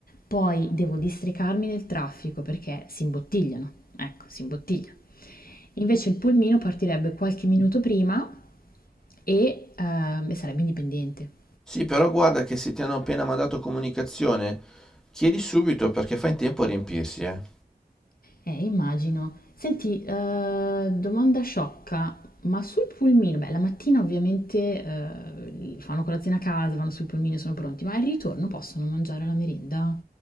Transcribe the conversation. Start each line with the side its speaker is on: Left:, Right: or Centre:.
Left: Poi devo districarmi nel traffico perché si imbottigliano. Ecco, si imbottiglia. Invece il pulmino partirebbe qualche minuto prima e, ehm, e sarebbe indipendente.
Centre: Sì, però guarda che se ti hanno appena mandato comunicazione, chiedi subito perché fa in tempo a riempirsi, eh.
Left: Eh, immagino. Senti, eh, domanda sciocca, ma sul pulmino, beh, la mattina ovviamente eh, fanno colazione a casa, vanno sul pulmino e sono pronti, ma al ritorno possono mangiare la merenda?